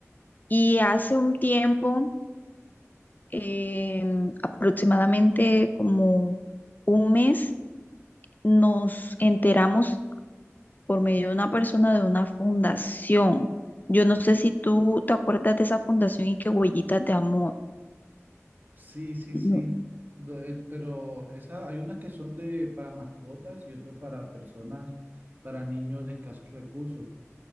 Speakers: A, on the left; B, on the right.
A: Y hace un tiempo, eh, aproximadamente como un mes, nos enteramos por medio de una persona de una fundación. Yo no sé si tú te acuerdas de esa fundación y que Huellitas de Amor.
B: Sí, sí,
A: ¿no?
B: sí, Do- eh, pero esas, hay unas que son de, para mascotas y otras para personas, para niños de escasos recursos.